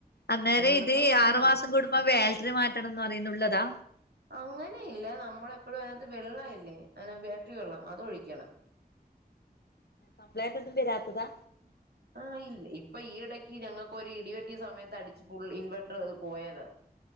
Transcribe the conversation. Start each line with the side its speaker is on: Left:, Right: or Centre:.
Left: അന്നേരം
Right: ഉണ്ടെന്ന്
Left: ഇത്
Right: തോന്നുന്നു
Left: ആറുമാസം കൂടുമ്പോ വേൽറ്റ്റി മാ കെടന്ന് പറയുന്നുള്ളതാ?
Right: അങ്ങനെ ഇല്ല നമ്മള് എപ്പഴും അയ്നകത്ത് വെള്ളം ഇല്ലേ അയ്ന ബേട്ട്റി വെള്ളം അതൊഴിക്കണം.
Left: കംബ്ലൈന്റ് ഒന്നും വെരാത്തതാ?
Right: ആഹ ഇല്ല് ഇപ്പൊ ഈയിടക്ക് ഞങ്ങൾക് ഒരു ഇടിവെട്ടിയ സമയത്ത് അടിച്ച് ഫുൾ ഇൻവെർട്ടർ പോയതാ.